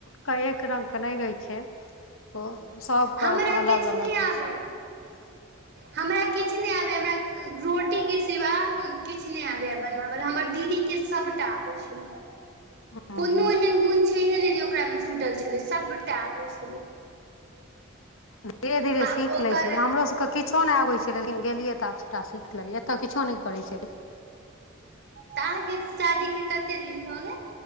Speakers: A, on the left; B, on the right.
A: कै एक रंगके नहि होइ छै ओ सभके
B: हमरा
A: अलग
B: किछु
A: अलग
B: नहि
A: होइ
B: आबैए
A: छै <inaudible>
B: हमरा किछ नहि आबैए हमरा रोटीके सिवा किछ नहि आबैए बनावल हमर दीदी के सभटा आबै छै
A: <inaudible> हँ
B: कोनो एहन गुण छैहे नहि जे ओकराने छुटल छलै सभटा आबै छलै
A: धीरे धीरे
B: आ
A: सीख
B: ओकर
A: लै छै हमरो सबके किछो नहि आबैत छै लेकिन गेलियै तऽ आब सभटा सीख लेलियै एतह किछो नहि करैत छलियै
B: तऽ अहाँके शादीके कते दिन भऽ गेल